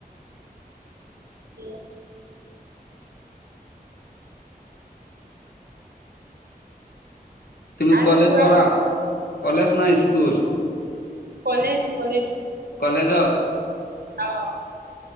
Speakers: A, on the right; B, on the left.
A: উম,
B: তুমি
A: আৰু
B: কলেজ
A: কোৱা
B: পঢ়া, কলেজ না স্কুল?
A: কলেজ কলেজ
B: কলেজৰ
A: অ',